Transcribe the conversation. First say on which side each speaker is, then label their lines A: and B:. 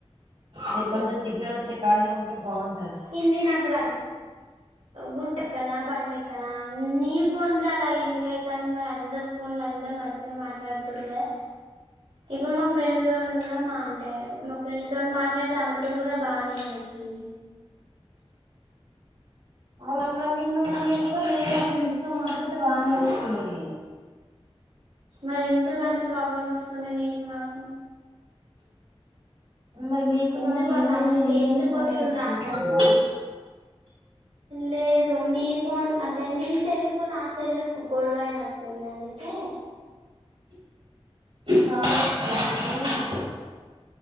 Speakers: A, on the right; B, on the right.
A: మీరు కొంచం సిగ్నల్ వచ్చే కాడ్నే ఉంటే బాగుం
B: హింది నాక్ రాదు. గుట్టెక్కనా బండేక్కనా నీ ఫోన్కే అలా ఎందుకు అయితాంది మరి అందర్ ఫోన్ల అందర్ మంచిగనే మాట్లాడ్తుంరు కదా ఇప్పుడు మా ఫ్రెండ్తోని గుడా మా అంటే మా ఫ్రెండ్తో మాట్లాడితే ఆమె తోటి గుడా బాగానే ఇనచ్ చ్చింది.
A: అవునమ్మా నిన్ను నేన్ గుడా నేను మా ఫ్రెండ్స్తో మాట్లాడితే బానే వచ్చింది.
B: మరెందుకని ప్రాబ్లం వస్తుంది నీకు నాకు
A: మరి మీకు
B: ఎందుకు
A: నాకు ఏమైంది
B: ఆ సమస్య
A: నీ ఫోన్కి
B: ఎందుకు
A: నాకు
B: వస్తుందా
A: ఏమన్న గొడవైందా
B: లేదు నీ ఫోన్ అంటే నీ సెల్లుకు నా సెల్లుకు గొడవైనట్టుంది అందుకే
A: కావచ్చు అయితే